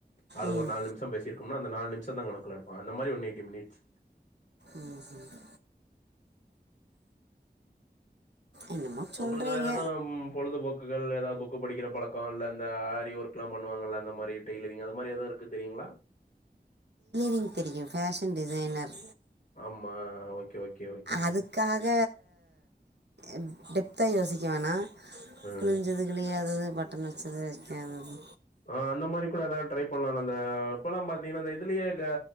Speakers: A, on the left; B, on the right.
A: அதுல
B: ம்
A: ஒரு நாலு நிமிஷம் பேசியிருக்கோம்னா அந்த நாலு நிமிஷ தா கணக்குல எடுப்பாங்க அந்த மாரி ஒன் எயிட்டி மினிட்ஸ்
B: ம் ம் என்னமோ சொல்றீங்க
A: உங்களுக்கு வேற ஏது பொழுதுபோக்குகள் ஏதாவது புக்கு படிக்கிற பழக்க இல்ல இந்த ஆரி ஒர் குலா பண்ணுவாங்கல்ல அந்த மாரி டெய்லரிங் அத மாரி எதா இருக்க தெரியுங்களா
B: ம் தெரியு ஃபேஷன் டிசைனர்
A: ஆமா ஓகே ஓகே ஓகேங்க.
B: அதுக்காக ம் டெப்தா யோசிக்க வேணா
A: ம்.
B: கிழிஞ்சது கிழியாதது பட்டன் வச்சது வைக்காதது
A: ஆ அந்த மாரி கூட ஏதாது ட்ரை பண்ணலால அந்த இப்பலா பாத்தீங்கன்னா அந்த இதுலயே க